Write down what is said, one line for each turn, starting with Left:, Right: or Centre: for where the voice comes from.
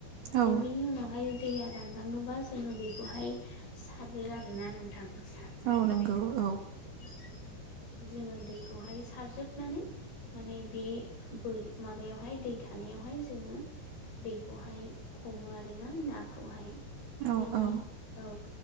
Left: आरो
Right: औ
Left: बिनि उनावहाय दैया रानलाङोबा जोङो बे बेखौहाय सारो आरोना नोंथां सारनानै
Right: औ नंगौ
Left: बेखौ
Right: औ
Left: माने <inaudible> जोङो दैखौहाय सारजोबनानै माने बे बोर माबायावहाय दै थानायाव वहाय जोङो बेखौहाय हमो आरोना नाखौहाय
Right: औ
Left: बिनि
Right: औ
Left: औ